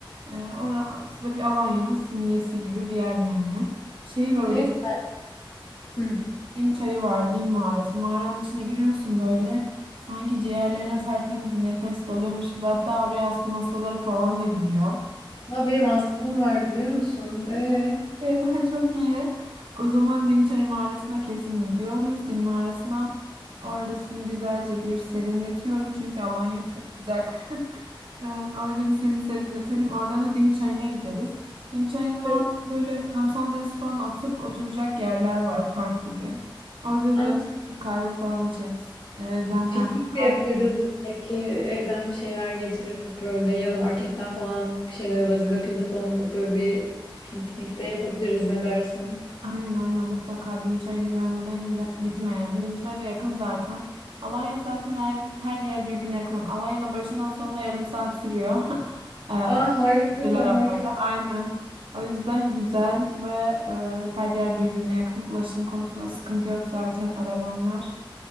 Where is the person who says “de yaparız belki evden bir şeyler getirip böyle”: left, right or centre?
Left